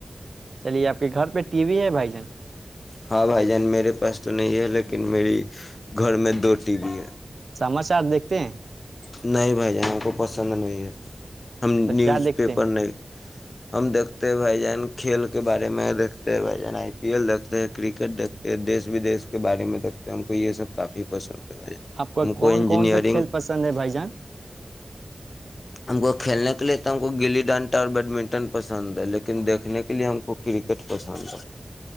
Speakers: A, on the right; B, on the left.
A: چلیے آپ کے گھر پہ ٹی وی ہے بھائی جان
B: ہاں بھائی جان میرے پاس تو نہیں ہے لیکن میری گھر میں دو ٹی وی ہے
A: سماچار دیکھتے ہیں
B: نہیں بھائی جان ہم کو پسند نہیں ہے ہم
A: تو
B: نیوز
A: کیا دیکھتے
B: پیپر
A: ہیں
B: نہیں ہم دھتے بھائی جان کھیل کے بارے میں دیکتے ہیں بھائی جان آئی پی ایل دھتے ہیں کرکٹ دھتے ہیں دیش ودی کے بارے میں دیکھتے ہم کو یہ سب کافی پسند ہے بھائی جان
A: آپ کو
B: ہم
A: کون
B: انجینئرنگ
A: کون سےا کھیل پسند ہے بھائی جان
B: ہم کو کھیلنے لیے تو ہم کو گلی ڈنٹا اور بیڈمنٹن پسند ہے لیکن دیکھنے کے لیے ہم کو کرکٹ پسند ہے